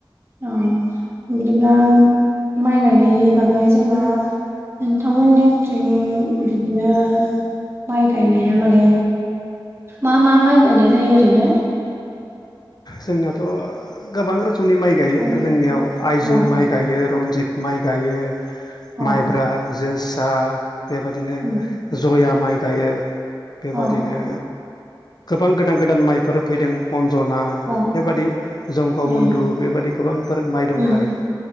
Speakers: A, on the right (about 30°); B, on the left (about 50°).
A: औ बिदिब्ला माइ गायनायनि बागै जोंबना नोंथांमोननिथिं बिदिनो माइ गायनाया माने मा मा माइ गायनाय जायो ओरैनो
B: जोंनाथ' गोबां रोखोमनि माइ गायो
A: गामि
B: जोंनियाव आइजं
A: अ
B: माइ ग ाइ गायो रनजित माइ गायो
A: अ
B: माइब्रा जोसा बेबादिनो
A: उम
B: जया माइ गायो बेबादिनो
A: अ
B: गोबां गोदान गोदान माइफोर फैदों अनजना
A: अ
B: बेबादि जंक
A: ए
B: बन्दु बेबादि गोबांफोर माइ दं
A: उम
B: आरो।